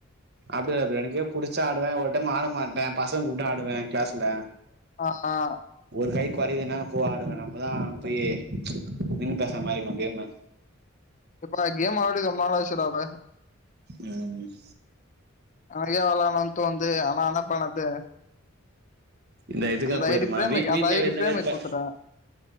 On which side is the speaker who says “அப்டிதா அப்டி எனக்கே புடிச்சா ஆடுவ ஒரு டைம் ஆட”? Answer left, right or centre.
Right